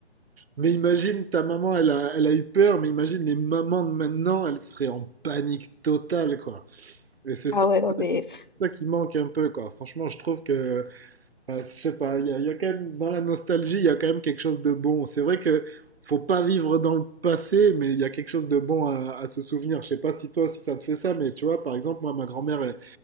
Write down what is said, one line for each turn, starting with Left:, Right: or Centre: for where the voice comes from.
Right: Mais imagine, ta maman, elle a, elle a eu peur, mais imagine les mamans de maintenant, elles seraient en panique totale, quoi. Et c'est ça,
Left: Ah ouais, non mais
Right: ça qui manque un peu, quoi. Franchement, je trouve que, enfin, je sais pas, il y a, il y a quand même, dans la nostalgie, il y a quand même quelque chose de bon. C'est vrai que faut pas vivre dans le passé, mais il y a quelque chose de bon à, à se souvenir. Je sais pas si toi, si ça te fait ça, mais tu vois, par exemple, moi, ma grand-mère, elle,